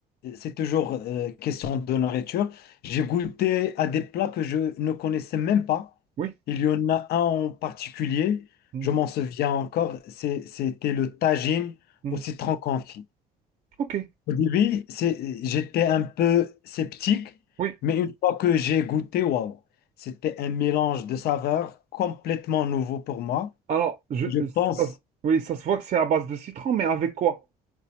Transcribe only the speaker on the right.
oui.
Mhm.
Mhm.
Ok.
Oui.
Alors, je,
ça, se- oui, ça se voit que c'est à base de citron, mais avec quoi?